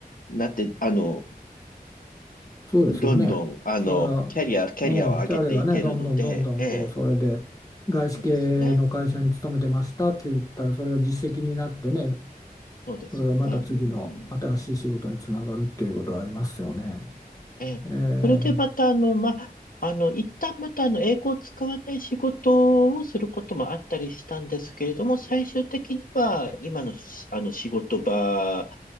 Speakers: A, on the left; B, on the left.
A: なって、あの、
B: そうですよね。
A: どんどん、あの、
B: それは、
A: キャリア、キャリアを上げていけるので、
B: うん、キャリアがね、どんどんどんどん、
A: ええ、
B: こう、それで、外資系の会社に勤めてましたって言ったら、
A: そうですね。
B: それが実績になってね、
A: そうですね。
B: それがまた次の新しい仕事につながるっていうことはありますよね。
A: うん。ええ。
B: ええ、
A: それでまた、あの、ま、あの、一旦また、あの、英語を使わない仕事をすることもあったりしたんですけれども、最終的には、今のし、あの、仕事場